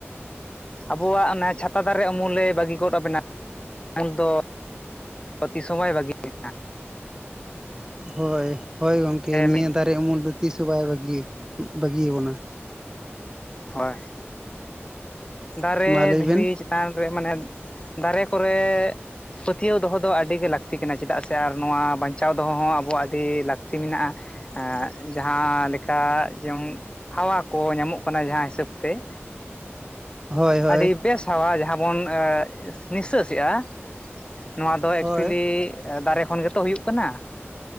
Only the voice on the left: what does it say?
ᱟᱵᱚᱣᱟᱜ ᱚᱱᱟ ᱪᱷᱟᱛᱟ ᱫᱟᱨᱮ ᱩᱢᱩᱞ ᱮ ᱵᱟᱹᱜᱤ ᱜᱚᱫ ᱟᱵᱚᱱᱟ᱾ ᱩᱢᱩᱞ ᱫᱚ ᱛᱤ ᱥᱚ ᱵᱟᱭ ᱵᱟᱹᱜᱤᱭᱟ ᱵᱮᱱᱟ᱾
ᱢᱤᱫ
ᱦᱳᱭ ᱫᱟᱨᱮ
ᱫᱷᱤᱨᱤ
ᱪᱮᱛᱟᱱ ᱨᱮ ᱢᱟᱱᱮ ᱫᱟᱨᱮ ᱠᱚᱨᱮᱜ ᱯᱟᱹᱛᱭᱟᱹᱣ ᱫᱚᱦᱚ ᱫᱚ ᱟᱹᱰᱤᱜᱮ ᱞᱟᱹᱠᱛᱤ ᱠᱟᱱᱟ ᱪᱮᱫᱟᱜ ᱥᱮ ᱟᱨ ᱱᱚᱣᱟ ᱵᱟᱧᱪᱟᱣ ᱫᱚᱦᱚ ᱦᱚᱸ ᱟᱵᱚᱣᱟᱜ ᱟᱹᱰᱤ ᱞᱟᱹᱠᱛᱤ ᱢᱮᱱᱟᱜᱼᱟ᱾ ᱦᱮᱸ ᱡᱟᱦᱟᱸ ᱞᱮ ᱠᱟ ᱡᱮᱢᱚᱱ ᱦᱟᱣᱟ ᱠᱚ ᱧᱟᱢᱚᱜ ᱠᱟᱱᱟ ᱡᱟᱦᱟᱸ ᱦᱤᱥᱟᱹᱵ ᱛᱮ,
ᱟᱹᱰᱤ ᱵᱮᱥ ᱦᱟᱣᱟ ᱡᱟᱦᱟᱸ ᱵᱚᱱ ᱱᱤᱥᱥᱟᱹᱥ ᱮᱜᱼᱟ, ᱱᱚᱣᱟ ᱫᱚ ᱮᱠᱪᱩᱭᱮᱞᱤ
ᱫᱟᱨᱮ ᱠᱷᱚᱱ ᱜᱮᱛᱚ ᱦᱩᱭᱩᱜ ᱠᱟᱱᱟ,